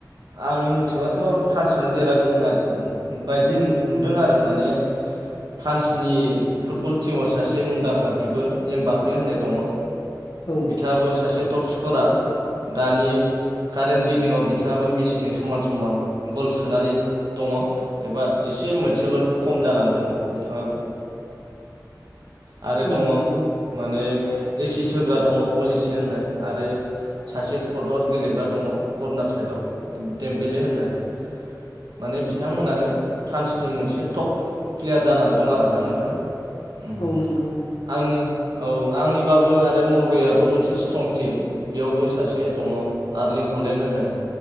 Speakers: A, on the right; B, on the left.
A: आंनि मथेबाथ' फ्रान्सनो देरहागोन बायदि नुदों आरो माने फ्रान्सनि फुटबल टिमाव सासे मुंदांखा बिबो एम बापे होननाय दङ।
B: औ
A: बिथांआबो सासे टप स्करार दानि कारेन्ट लिडिंआव फाबो मिसिजों समान समान गल सोनानै दङ। एबा एसे मोनसेल' खम जानानै दङ बिथाङाबो। आरो
B: औ
A: दङ
B: नंगौ
A: माने एसि सोग्रा दङ अल एसि होननाय आरो सासे फर्टवार् गेलेग्रा दङ कर्नार साइदआव देमबले होननाय। माने बिथांमोनानो फ्रान्सनि मोनसे टप क्लियार जानानै दं आर ना नोंथां। उम
B: औ नंगौ।
A: आंनि औ आंनिबाबो आरो नरवेयाबो मोनसे स्ट्रं टिम बेयावबो सासे दङ आर्लिं हलेण्ड होननाय।